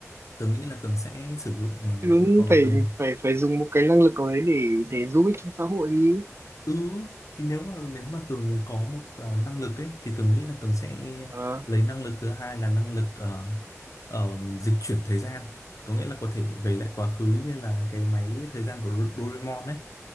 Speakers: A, on the left; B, on the right.
A: Tường nghĩ là Tường sẽ sử dụng ờ,
B: Đúng,
A: hoặc
B: phải
A: là Tường
B: phải phải dùng một cái năng lực nào đấy để để giúp ích cho xã hội đi
A: ừ thì nếu mà nếu mà Tường có một ờ, năng lực ấy thì Tường nghĩ là Tường sẽ
B: ờ
A: lấy năng lực thứ hai là năng lực ờ, ờ, dịch chuyển thời gian. Có nghĩa là có thể về lại quá khứ như là cái máy thời gian của Do- Doraemon ấy